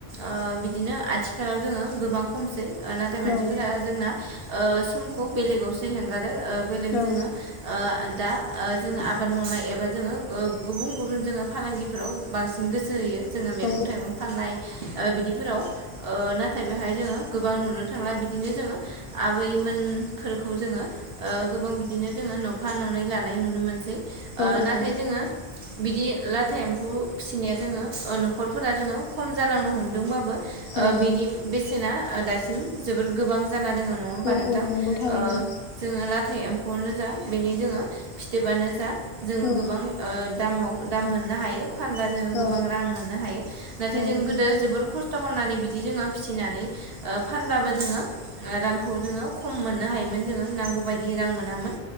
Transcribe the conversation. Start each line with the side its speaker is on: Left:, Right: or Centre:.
Right: ओ बिदिनो आथिखालाव जोङो गोबां खमसै नाथाय मानसिफोरा
Left: औ
Right: जोंना ओ समखौ बेलेगावसो हेगारो। ओ बेलेग
Left: औ
Right: जोङो ओ दा ओ जोङो आबाद मावनाय एबा जोङो ओ गुबुन गुबुन जोङो फालांगिफोराव बांसिन गोसो होयो जोङो मैगं
Left: औ
Right: थाइगं फाननाय ओ बिदिफोराव ओ नाथाय बेहाय जोङो गोबां नुनो थांला बिदिनो जोङो आबैमोनफोरखौ जोङो ओ गोबां बिदिनो जोङो न'फा ननै लानाय नुनो मोनसै
Left: औ
Right: ओ
Left: औ
Right: नाथाय जोङो बिदि लाथा एम्फौ फिसिनाया जोङो न'खरफोरा जोङो खम जालांनो हमदोंबाबो ओ
Left: औ
Right: बेनि बेसेना ओ दासिम जोबोर गोबां जाना दङ नङा होनबा
Left: औ
Right: नोंथां
Left: औ नंगौ थारैनो
Right: ओ जोङो ला हाथाइ एम्फौआनो जा बेनि जोङो फिथोबानो जा जोङो
Left: औ
Right: गोबां ओ दामाव दाम मोननो हायो फानबा जोङो
Left: औ
Right: गोबां रां मोननो हायो नाथाय
Left: नंगौ
Right: जों गोदो जोबोर खस्थ' खालामनानै बिदि जोङो फिसिनानै ओ फानब्लाबो जोङो रांखौ जोङो खम मोननो हायोमोन जोङो नांगौबायदियै रां मोनामोन